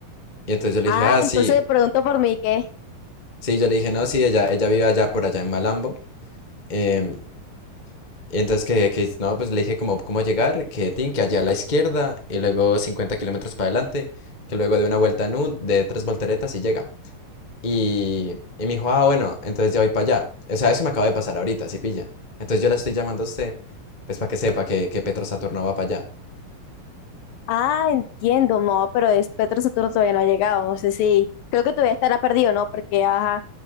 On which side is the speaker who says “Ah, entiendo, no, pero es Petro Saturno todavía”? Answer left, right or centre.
Left